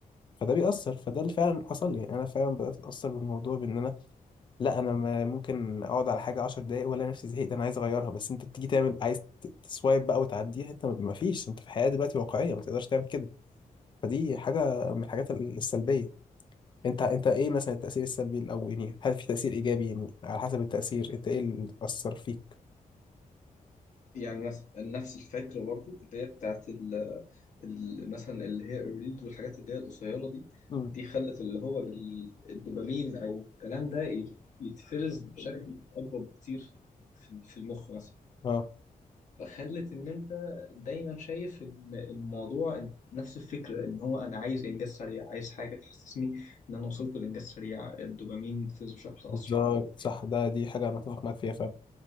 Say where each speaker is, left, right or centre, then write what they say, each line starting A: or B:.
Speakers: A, on the left; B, on the left.
A: فده بيأثر فده اللي فعلا حصل لي يعني انا فعلا بدأت اتأثر بالموضوع بان انا لا انا ما- ممكن اقعد على حاجه 10 دقايق ولا نفسي زهقت انا عايز اغيرها بس انت بتيجي تعمل عايز ت- تسوايب بقى وتعديها انت ما فيش انت في حياه دلوقتي واقعيه ما تقدرش تعمل كده فدي حاجه من الحاجات ال- السلبيه انت انت ايه مثلا التاثير السلبي او يعني هل في تاثير ايجابي يعني على حسب التاثير انت ايه اللي اثر فيك
B: يعني مثلا نفس الفكرة برضو اللي هي بتاعت ال- ال- مثلا اللي هي الريلز والحاجات اللي هي القصيرة دي
A: مم.
B: دي خلت اللي هو ال- الدوبامين أو الكلام ده يت- يتفرز بشكل أكبر بكتير في في المخ مثلا
A: اه
B: خلت ان انت دايما شايف ان الموضوع نفس الفكره ان هو انا عايز انجاز سريع عايز حاجه تحسسني ان انا وصلت لانجاز سريع الدوبامين يتفرز بشكل
A: بالظبط
B: اسرع أو-
A: صح ده دي حاجه انا اتفق معاك فيها فعلا